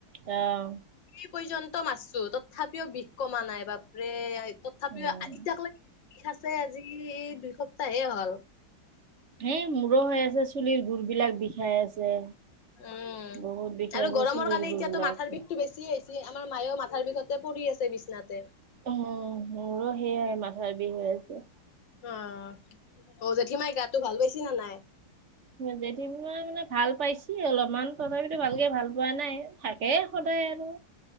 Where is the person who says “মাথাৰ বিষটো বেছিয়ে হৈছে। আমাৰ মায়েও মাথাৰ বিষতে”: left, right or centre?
Left